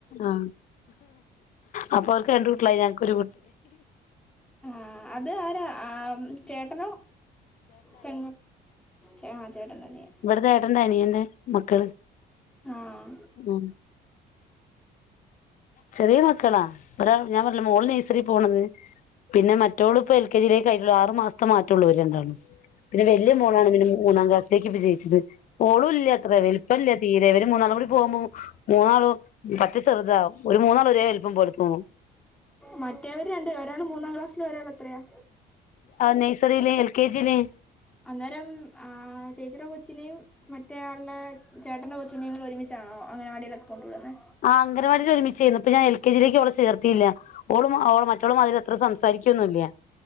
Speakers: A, on the left (about 50°); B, in the centre.
A: ആഹ് അപ്പൊ അവക്ക് രണ്ട് കുട്ടികള്ളായി ഞനക്ക് ഒരു
B: ആഹ് അത് ആരാ ആഹ് ചേട്ടനോ പെങ്ങളോ ആഹ് ചേട്ടന്റെ അനിയൻ
A: ഇവിടത്തെ ഏട്ടന്റ അനിയന്ന് മക്കള്
B: ആഹ്
A: ഉം ചെറിയ മക്കളാ ഒരാൾ ഞാൻ പറഞ്ഞില്ലേ മോള് നഴ്സറി പോണത് പിന്നെ മറ്റോള് ഇപ്പ എൽ കെ ജിക്ക് കുള്ളൂ ആറു മാസത്തെമാറ്റള്ളൂ ഒരു എന്തായാലും പിന്നെ വലിയ
B: ആഹ്
A: മോളാണ് പിന്നെ <unintelligible> ക്ക് <unintelligible> ഓളും ഇല്ല അത്ര വലിപ്പം ഇല്ല തീരെ ഇവര് മൂന്നാളൂടി ഹോമു മൂന്നാളും പറ്റി ചെറുതാവും ഒരേ വലുപ്പം പോലെ തോന്നും
B: മറ്റേവര്ണ്ട് ഒരാൾ മൂന്നാം ക്ലാസ്സില് ഒരാൾ എത്രയാ
A: നഴ്സറില്ലേ എൽ കെ ജില്ലേ
B: അന്നേരം ചേച്ചിയുടെ കൊച്ചിനേും മറ്റേയാളുടെ ചേട്ടന്റെ കൊച്ചിനെയും നിങ്ങൾ ഒരുമിച്ചാണോ അങ്ങനവാടിയില്ലേ ഒക്ക കൊണ്ടു വിടുന്നത്
A: ആഹ് അംഗനവാടിയിൽ ഒരുമിച്ചിരുന്നുപ്പ ഞാൻ എൽ കെ ജിയിലേക്ക് ചേർത്തില്ല അവളും മറ്റോളുമാതിരി ആത്ര സംസാരിക്കുവൊന്നുംല്ല